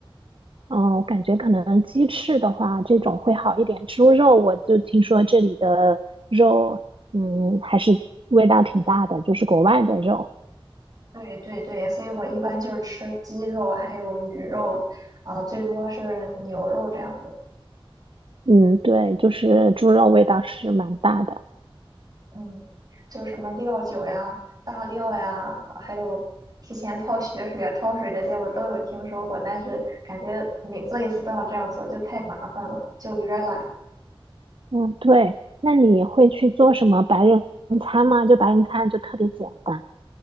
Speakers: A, on the right; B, on the right.
A: 嗯，我感觉可能鸡翅的话，这种会好一点。猪肉我就听说这里的肉，嗯，还是味道挺大的，就是国外的肉。
B: <laughs> 对对对，所以我一般就是吃鸡肉，还有鱼肉，啊、最多是牛肉这样的。
A: 嗯，对，就是猪肉味道是蛮大的。
B: 嗯，就是什么料酒呀、大料呀，啊还有提前泡血水啊、焯水这些，我都有听说过，但是感觉每做一次都要这样做，就太麻烦了，就有点懒
A: 嗯，对。那你会去做什么白人餐吗？就白人餐就特别简单。